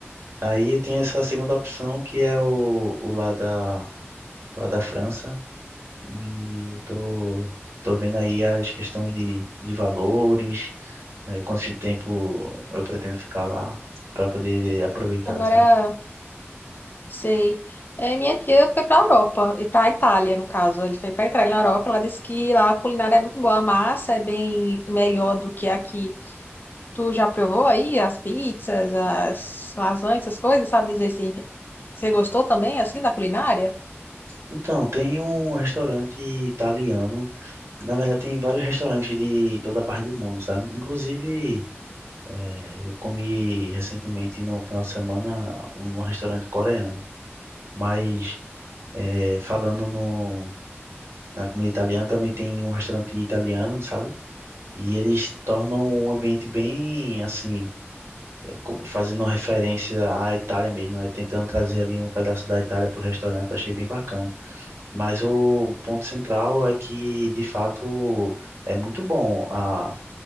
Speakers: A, on the right; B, on the left.
A: Aí tem essa segunda opção que é o, o lá da lá da França e eu tô, tô vendo aí as questões de, de valores, né, quanto de tempo eu pretendo ficar lá para poder aproveitar,
B: Agora,
A: sabe?
B: sei. É, minha tia foi para a Europa, e para a Itália, no caso. Ele foi para a Itália, na Europa. Ela disse que lá a culinária é muito boa, a massa é bem melhor do que aqui. Tu já provou aí as pizzas, as lasanhas, essas coisas? Sabe dizer se você gostou também, assim, da culinária?
A: Então, tem um restaurante italiano. Na verdade, tem vários restaurantes de toda a parte do mundo, sabe? Inclusive, eh, eu comi recentemente no final de semana um um restaurante coreano. Mas, eh, falando no, na comida italiana, também tem um restaurante italiano, sabe? E eles tornam um ambiente bem assim, é co- fazendo referência à Itália mesmo, né? Tentando trazer ali um pedaço da Itália para o restaurante, eu achei bem bacana. Mas o ponto central é que, de fato, é muito bom a,